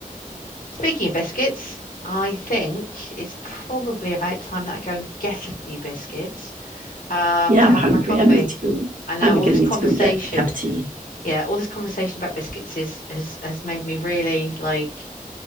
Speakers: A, on the left; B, on the right.
A: Speaking of biscuits, I think it's probably about time that I go and get a few biscuits um,
B: Yeah,
A: to
B: I'm
A: have
B: hungry.
A: in my coffee.
B: I need to go.
A: I know
B: I'm
A: all
B: gonna
A: this
B: need
A: conversation,
B: to go and get a cup of tea.
A: yeah, all this conversation about biscuits is has has made me really like,